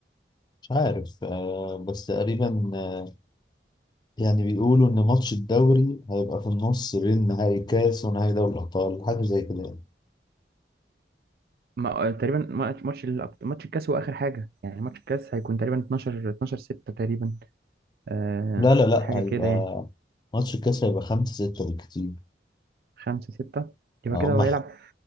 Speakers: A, on the left; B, on the right.
A: مش عارف آه بس تقريبا آه، يعني بيقولوا إن ماتش الدوري هيبقى في النص بين نهائي كاس ونهائي دوري الأبطال حاجة زي كده يعني.
B: ما آه، تقريبا ماتش ماتش الأب- ماتش الكاس هو اخر حاجه يعني ماتش الكاس هيكون تقريبا 12 12 6 تقريبا أه
A: لا لا لا
B: حاجه
A: هيبقى
B: كده يعني
A: ماتش الكاس هيبقى خمسة ستة بالكتير
B: 5 6 يبقى
A: آه،
B: كده
A: هم
B: هو
A: ح-
B: هيلعب